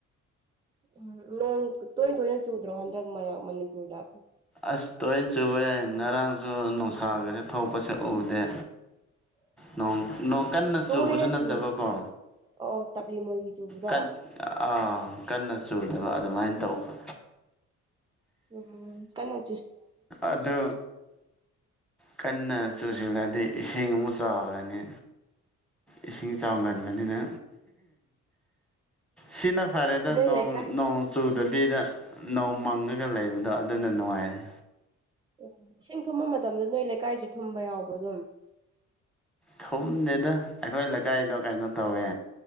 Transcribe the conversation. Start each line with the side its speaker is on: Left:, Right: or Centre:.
Right: ꯎꯝ ꯅꯣꯡ ꯇꯣꯏ ꯇꯣꯏꯅ ꯆꯨꯗ꯭ꯔꯣ ꯍꯟꯗꯛ ꯃꯔꯛ ꯃꯅꯤꯄꯨꯔꯗ
Centre: ꯑꯁ ꯇꯣꯏꯅ ꯆꯨꯑꯦ ꯉꯔꯥꯡꯁꯨ ꯅꯨꯡꯁꯥꯒꯁꯨꯦ ꯊꯣꯛꯄꯁꯦ ꯎꯗꯦ
Right: <unintelligible>
Centre: ꯅꯣꯡ ꯅꯣꯡ ꯀꯟꯅ
Right: ꯇꯣꯏꯅ
Centre: ꯆꯨꯕꯁꯨ ꯅꯠꯇꯕꯀꯣ
Right: ꯆꯨ ꯑꯣ ꯇꯞꯂꯤ ꯃꯣꯂꯤ ꯆꯨꯕꯗꯣ
Centre: ꯀ ꯑꯥ ꯀꯟꯅ ꯆꯨꯗꯕ ꯑꯗꯨꯃꯥꯏꯅ ꯇꯧꯕ
Right: ꯎꯝ ꯀꯩꯅ
Centre: ꯑꯗꯨ ꯀꯟꯅ ꯆꯨꯁꯤꯂꯗꯤ ꯏꯁꯤꯡ ꯆꯥꯎꯔꯅꯤ ꯏꯁꯤꯡ ꯆꯥꯎꯒꯟꯕꯅꯤꯅ ꯁꯤꯅ ꯐꯔꯦꯗ
Right: ꯅꯣꯏ
Centre: ꯅꯣꯡ
Right: ꯂꯩꯀꯥꯏ
Centre: ꯅꯣꯡ ꯆꯨꯗ ꯅꯨꯕꯤꯗ ꯅꯣꯡꯧ ꯃꯪꯉꯒ ꯂꯩꯕꯗꯣ ꯑꯗꯨꯅ ꯅꯨꯡꯉꯥꯏꯔꯦ
Right: ꯑꯣ ꯏꯁꯤꯡ ꯊꯨꯝꯕ ꯃꯇꯝꯗ ꯅꯣꯏ ꯂꯩꯀꯥꯏꯁꯨ ꯊꯨꯝꯕ ꯌꯥꯎꯕ꯭ꯔꯣ ꯑꯗꯨꯝ
Centre: ꯊꯨꯝꯗꯦꯗ ꯑꯩꯈꯣꯏ ꯂꯩꯀꯥꯏꯗꯣ ꯀꯩꯅꯣ ꯇꯧꯋꯦ